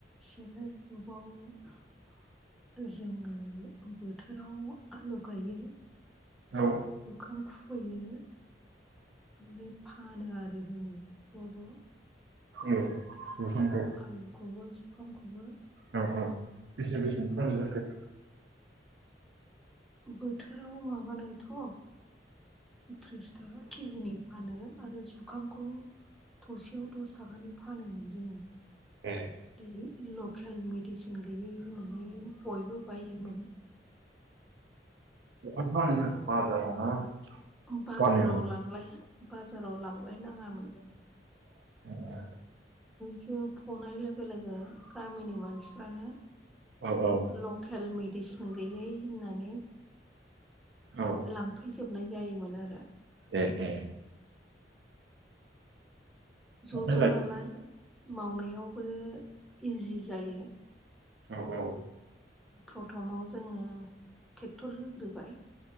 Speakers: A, in the centre; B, on the right.
A: सेल्फ हेल्प ग्रुपाव। जोङो बोथोराव आलु गायो।
B: औ
A: जुखाम खुबैयो। ओमफ्राय फानो आरो जोङो ज' ज'
B: ए बिफांखौ
A: आलुखौबो सुखामखौबो
B: औ औ बेसे बेसे खालाम जाखो।
A: बोथोराव माबानायथ' त्रिस थाखा केजिनि फानो आरो जुखामखौ। थसेयाव दस थाखानि फानोमोन जोङो।
B: ए
A: दै लकेल मेडिसिन गैयै होननानै बयबो बायोमोन
B: बहा फानोमोन बाजाराव ना
A: बाजाराव
B: गामियाव
A: लां बाजाराव लांलाय नाङामोन जोङो।
B: <inaudible>
A: जों फनाय लोगो लोगो गामिनि मानसिफ्रानो
B: औ औ
A: लकेल मेडिसिन गैयै होननानै।
B: औ
A: लांफैजोबनाय जायोमोन आरो।
B: ए ए।
A: ज'
B: ओमफ्राय
A: ज'
B: लायदो
A: नालाय मावनायावबो इजि जायो।
B: औ औ
A: प्रथमाव जोङो ट्रेक्टर होग्रोबाय